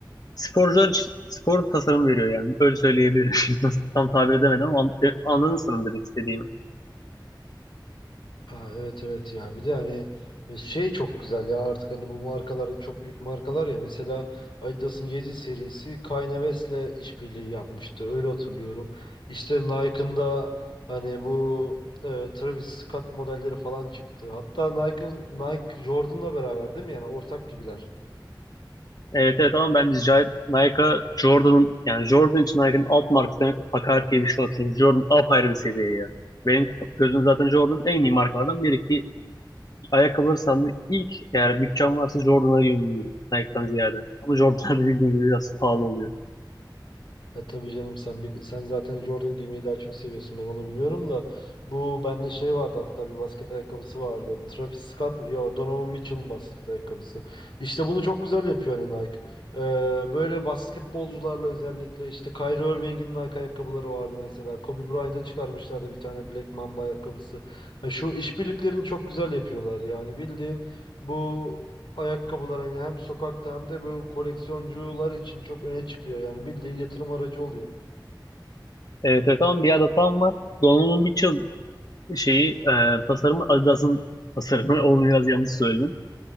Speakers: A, on the left (about 50°); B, on the left (about 80°).
A: sporcular için spor tasarım veriyor yani. Öyle söyleyebilirim. <laughs> Nasıl- Tam tabir edemedim ama an- e, anladın sanırım demek istediğimi.
B: Ha, evet evet ya bir de hani e, şey çok güzel ya artık hani bu markalar çok büyük markalar ya mesela Adidas'ın Yeezy serisi Kanye West'le işbirliği yapmıştı öyle hatırlıyorum. İşte Nike'ın da hani bu e, Travis Scott modelleri falan çıktı. Hatta Nike Nike Jordan'la beraber değil mi yani ortak gibiler.
A: Evet evet ama bence J- Nike Jordan'ın yani Jordan için Nike'ın alt markası demek hakaret gibi bir şey olur. Çünkü Jordan apayrı bir seviye ya. Benim gözümde zaten Jordan en iyi markalardan biri ki ayakkabıları sandığı ilk eğer bütçem varsa Jordan'a yöneliyorum Nike'dan ziyade. Ama Jordan'da <laughs> bildiğin gibi biraz pahalı oluyor.
B: Ya tabii canım sen bil- sen zaten Jordan giymeyi daha çok seviyorsun ben onu biliyorum da bu bende şey vardı hatta bir basket ayakkabısı vardı. Travis Scott mı? Yo Donovan Mitchell'ın basket ayakkabısı. İşte bunu çok güzel yapıyor hani Nike. Ee, böyle basketbolcularla özellikle işte Kyrie Irving'in Nike ayakkabıları vardı mesela. Kobe Bryant'a çıkarmışlardı bir tane Black Mamba ayakkabısı. Ha, şu işbirliklerini çok güzel yapıyorlar yani bildiğin bu ayakkabılar hani hem sokakta hem de bu koleksiyoncular için çok öne çıkıyor. Yani bildiğin yatırım aracı oluyor.
A: Evet evet ama bir adet tam var. Donald'un bir yıl şeyi e, tasarımı Adidas'ın tasarımı <laughs> onu biraz yanlış söyledim.